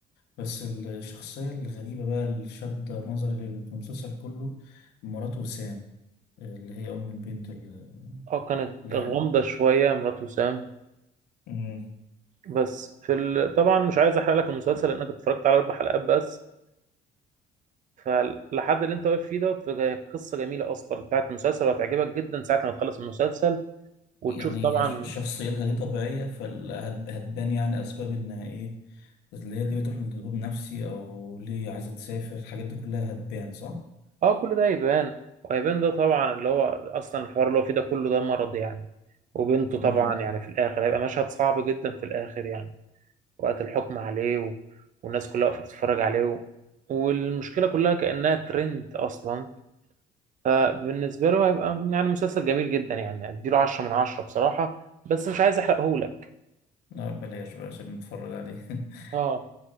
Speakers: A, on the left; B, on the right.
A: بس الشخصية الغريبة بقى اللي شد نظري لل- في المسلسل كله مرات وسام اللي هي أم البنت اللي
B: اه كانت
A: اللي-
B: غامضة شوية مرات وسام
A: مم.
B: بس في ال... طبعا مش عايز احرق لك المسلسل لانك اتفرجت على اربع حلقات بس فلحد اللي انت واقف فيه دوت هي قصة جميلة اصلا بتاعت المسلسل وهتعجبك جدا ساعة ما تخلص المسلسل وتشوف
A: يعني
B: طبعا
A: ش- شخصيتها دي طبيعية فهتبان يعني أسباب إنها إيه اللي هي اللي بتروح لدكتور نفسي أو ليه عايزة تسافر الحاجات دي كلها هتبان صح؟
B: اه كل ده هيبان وهيبان ده طبعا اللي هو اصلا الحوار اللي هو فيه ده كله ده مرض يعني وبنته
A: مم.
B: طبعا يعني في الاخر هيبقى مشهد صعب جدا في الاخر يعني وقت الحكم عليه و... والناس كلها واقفة تتفرج عليه و... والمشكلة كلها كأنها ترند اصلا فبالنسبة له هيبقى يعني مسلسل جميل جدا يعني اديله 10 من 10 بصراحة بس مش عايز احرقهولك
A: لا بلاش بقى عشان نتفرج عليه <laughs>
B: اه